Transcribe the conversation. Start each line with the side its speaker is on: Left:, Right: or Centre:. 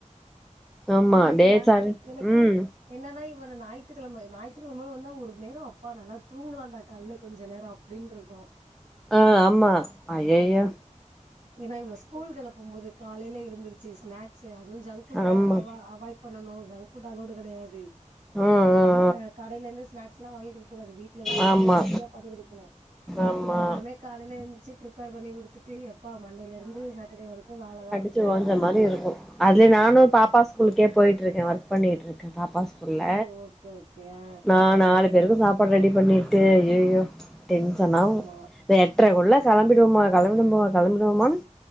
Centre: ஆமா
Right: எனக்கு
Centre: டேஸ்
Right: நா
Centre: ஆக
Right: எனக்கு
Centre: ம்
Right: என்னன்னா இவன ஞாயித்துக்கெழம ஞாயித்துக்கெழம வந்தா ஒரு நேரோ அப்பா நல்லா தூங்கலான்டா கால்ல கொஞ்ச நேரோ அப் அப்டின்ருக்கு
Centre: ஆ ஆமா ஐய்யய்யோ
Right: சரி ஏன்னா இவங்கள ஸ்கூல் கெளப்பும்போது காலைல எழுந்துருச்சி ஸ்நாக் ஸ் அதுவு ஜங்க் ஃபுட்
Centre: ஆமா
Right: ஆ அவா அவாய்ட் பண்ணணு ஜங்க் ஃபுட் அலோவ்டு கெடையாது
Centre: ஆ ஆ
Right: ஆ கடையில இருந்து ஸ்நாக்ஸ் எல்லா வாங்கி குடுக்க கூடாது வீட் லதா ஏதாவது
Centre: ஆ ஆமா
Right: ஹெல்த்தியா பண்ணி குடுக்கணு
Centre: ஆமா
Right: இது எல்லாமே காலேல எந்திச்சி ப்ரிப்பேர் பண்ணி குடுத்துட்டு எப்பா மண்டேல இருந்து சாட்டர்டே வரைக்கு வேலைதா
Centre: மழை பேஞ்சி ஓன்ஜ மாரி இருக்கு அதுல நானு பாப்பா ஸ்கூலுக்கே போயிட்டு இருக்கே ஒர்க் பண்ணிகிட்டு இருக்கே பாப்பா இல்ல
Right: ஓ ஓகே ஓகே ஆ
Centre: நா நாலு பேருக்கு சாப் பாடு ரெடி பண்ணிட்டு ஐய்யய்யோ டென்ஷனாவு
Right: ஆ ஆமா
Centre: அந்த எட்ரக்குள்ள கெளம்பிடுவோமா கெளம்பிடுவோமா கெளம்பிடுவோமான்னு